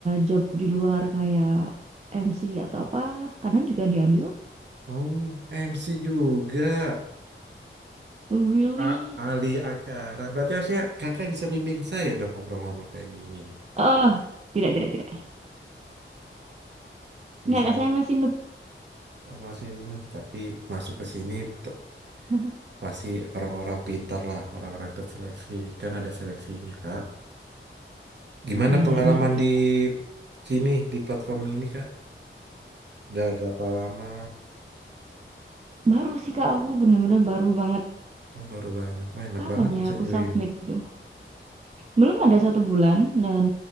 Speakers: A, on the right; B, on the right.
A: job di luar kayak MC atau apa, kadang juga diambil.
B: Oh, MC juga.
A: Oh, Really?
B: A- ahli acara. Berarti harusnya kakak bisa bimbing saya dong ngobrol-ngobrol kayak gini.
A: Oh, tidak, tidak, tidak.
B: <laughs>
A: Nggak,
B: Bisa.
A: Kak, saya masih noob.
B: Oh, masih not, tapi masuk ke sini te-
A: <laughs>
B: pasti orang-orang pintar lah, orang-orang terseleksi. Kan ada seleksinya, Kak. Gimana
A: Ya,
B: pengalaman
A: iya sih.
B: di sini, di platform ini, Kak? Udah berapa lama?
A: Baru sih Kak, aku bener-bener baru banget.
B: Oh, baru banget. Wah, enak
A: Kapan
B: banget
A: ya
B: bisa
A: aku
B: join.
A: submit itu? Belum ada satu bulan dan